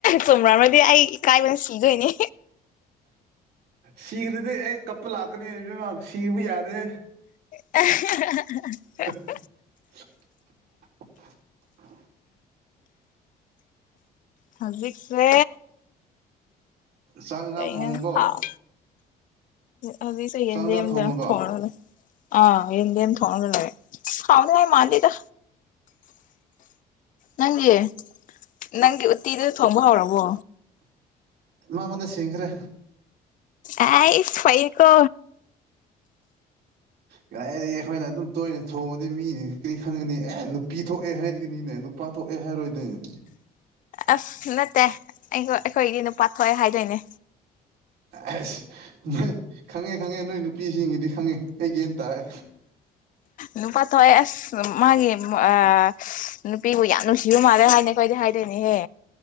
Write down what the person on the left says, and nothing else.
ꯆꯨꯝꯔꯥꯝꯃꯗꯤ ꯑꯩ ꯏꯀꯥꯏꯕꯅ ꯁꯤꯗꯣꯏꯅꯦ
<unintelligible>
ꯍꯧꯖꯤꯛꯁꯦ
ꯀꯅꯦ
ꯍꯥꯎ ꯑ ꯁꯩ
ꯀꯗꯤꯗ
ꯐꯅꯅ ꯑ ꯌꯦ ꯊꯣꯡꯉꯂꯔꯦ ꯍꯥꯎꯅ ꯃꯥꯜꯂꯤꯗ ꯅꯪꯒꯤ ꯅꯪꯒꯤ ꯎꯠꯇꯤꯗ ꯊꯣꯡꯕ ꯍꯧꯔꯕꯣ
ꯑ ꯐꯩꯀꯣ
ꯑꯁ ꯅꯠꯇꯦ ꯑꯩ ꯑꯩꯈꯣꯏꯗꯤ ꯅꯨꯄꯥ ꯊꯣꯛꯑꯦ ꯍꯥꯏꯗꯣꯏꯅꯦ
ꯅꯨꯄꯥ ꯊꯣꯛ ꯑ ꯑꯁ ꯃꯥꯒꯤ ꯑ ꯅꯨꯄꯤꯕꯨ ꯌꯥꯝ ꯅꯨꯡꯁꯤꯕ ꯃꯥꯜꯂꯦ ꯍꯥꯏꯅꯦ ꯀꯣꯏꯗꯤ ꯍꯥꯏꯗꯣꯏꯅꯦꯍꯦ